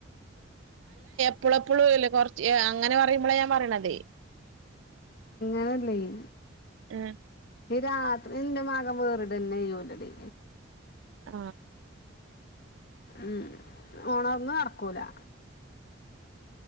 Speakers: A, on the right (about 70°); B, on the left (about 50°).
A: എപ്പളുംപ്പളും ഇല്ല കൊറച്ച് അങ്ങനെ പറിമ്പളാ ഞാൻ പറിണതെ
B: അങ്ങനെ അല്ലെയ്
A: ആ
B: രാത്രി ഇന്റെ മകൻ വേറ്ടെന്നെ ചെയ്യുലെടി
A: ആ
B: ഉം ഓണർന്നാ നടക്കൂലാ